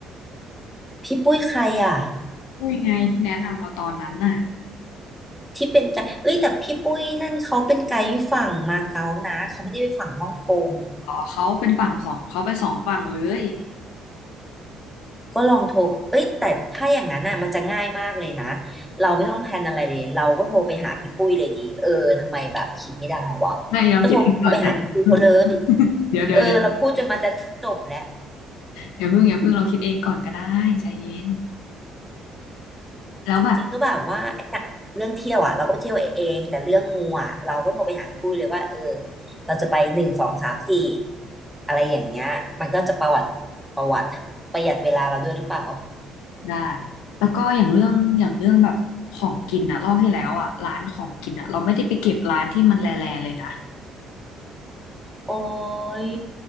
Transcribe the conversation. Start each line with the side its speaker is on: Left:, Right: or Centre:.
Centre: พี่ปุ้ยใครอ่ะ
Left: ปุ้ยไงที่แนะนำเราตอนนั้นน่ะ
Centre: ที่เป็นใจเอ้ยแต่พี่ปุ้ยนั่นเขาเป็นไกด์ฝั่งมาเก๊านะเขาไม่ได้ไปฝั่งฮ่องกง
Left: อ๋อเขาเป็นฝั่งสองเขาไปสองฝั่งเลย
Centre: ก็ลองโทรเอ้ยแต่ถ้าอย่างนั้นน่ะมันจะง่ายมากเลยนะเราไม่ต้องแพลนอะไรเลยเราก็โทรไปหาพี่ปุ้ยเลยดีเออทำไมแบบคิดไม่ได้วะก็โทรไปหาพี่ปุ้ยเขาเลย
Left: ไม่เราคิดเองก่อนใจเย็น <laughs> เดี๋ยวเดี๋ยวเดี๋ยว
Centre: เออเราพูดจนมาจะจบแล้ว
Left: อย่าเพิ่งอย่าเพิ่งเราคิดเองก่อนก็ได้ใจเย็นแล้วแบบ
Centre: จริงๆก็แบบว่าไอ้อย่างเรื่องเที่ยวอ่ะเราก็ไปเที่ยวเองแต่เรื่องมูอ่ะเราก็โทรไปหาพี่ปุ้ยเลยว่าเออเราจะไปหนึ่งสองสามสี่อะไรอย่างเงี้ยมันก็จะประวัติประวัติประหยัดเวลาเราด้วยหรือเปล่า
Left: ได้แล้วก็อย่างเรื่องอย่างเรื่องแบบของกินอะรอบที่แล้วอะร้านของกินอะเราไม่ได้ไปเก็บร้านที่มันแลแลเลยนะ
Centre: โอ้ย